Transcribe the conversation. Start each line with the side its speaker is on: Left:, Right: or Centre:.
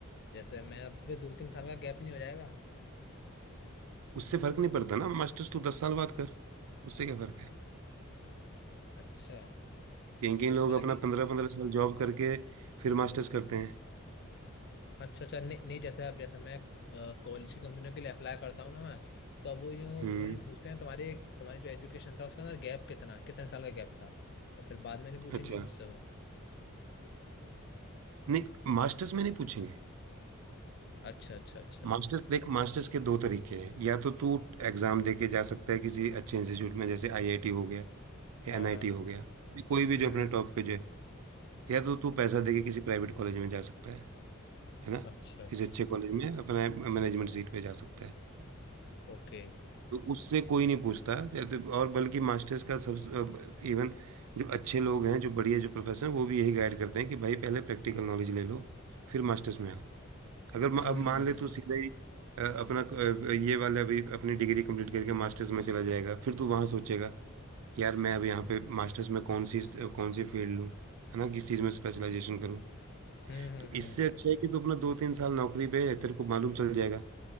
Left: जैसे मैं अब फिर दो तीन साल का गैप नहीं हो जाएगा
Right: उससे फर्क नहीं पड़ता ना मास्टर्स तू दस साल बाद कर उससे क्या फर्क है
Left: अच्छा
Right: कहीं कहीं लोग
Left: मतलब
Right: अपना
Left: कि
Right: पंद्रह पंद्रह साल जॉब करके फिर मास्टर्स करते हैं
Left: अच्छा अच्छा नहीं नहीं जैसे अब जैसे मैं कॉलेज की कंपनियों के लिए अप्लाई करता हूँ ना मैं तो अब वो यूँ
Right: हम्म
Left: वो यूँ पूछते हैं तुम्हारे तुम्हारी जो एजुकेशन था उसके अंदर गैप कितना कितने साल का गैप था तो फिर बाद में नहीं पूछेंगे
Right: अच्छा
Left: मुझसे वो
Right: नहीं मास्टर्स में नहीं पूछेंगे
Left: अच्छा अच्छा अच्छा
Right: मास्टर्स देख मास्टर्स के दो तरीके हैं या तो तू एग्जाम दे के जा सकता है किसी अच्छे इंस्टीट्यूट में जैसे आईआईटी हो गया या
Left: हाँ
Right: एनआईटी
Left: हाँ
Right: हो गया या कोई भी जो
Left: हम्म
Right: अपने
Left: हम्म
Right: टॉप के जो है या तो तू पैसा दे के किसी प्राइवेट कॉलेज में जा सकता है है ना
Left: अच्छा
Right: किसी अच्छे कॉलेज में अपना मैनेजमेंट सीट पे जा सकता है
Left: ओके
Right: तो उससे कोई नहीं पूछता जैसे- और बल्कि मास्टर्स का सब इवन जो अच्छे लोग हैं जो बढ़िया जो प्रोफेसर हैं वो भी यही गाइड करते हैं कि भाई पहले प्रैक्टिकल नॉलेज ले लो फिर मास्टर्स में आओ अगर म-
Left: हम्म
Right: अब मान
Left: हम्म
Right: ले
Left: हम्म
Right: तू सीधा ही अ, अपना अ, ये वाला अभी अपनी डिग्री कंप्लीट करके मास्टर्स में चला जाएगा फिर तू वहाँ सोचेगा यार मैं अब यहाँ पे मास्टर्स में कौन सी कौन सी फील्ड लूँ है ना किस चीज़ में स्पेशलाइजेशन करूँ
Left: हम्म हम्म
Right: तो
Left: हम्म
Right: इससे
Left: हम्म हम्म,
Right: अच्छा
Left: हम्म,
Right: है कि तू अपना दो तीन साल नौकरी पे है, तेरे को मालूम चल जाएगा